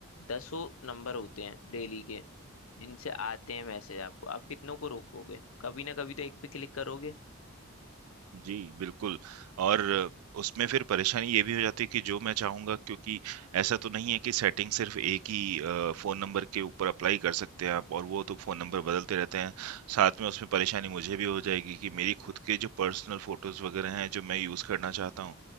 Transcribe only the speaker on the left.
दसों नंबर होते हैं डेली के जिनसे आते हैं मैसेज आपको आप कितनों को रोकोगे कभी ना कभी तो एक पे क्लिक करोगे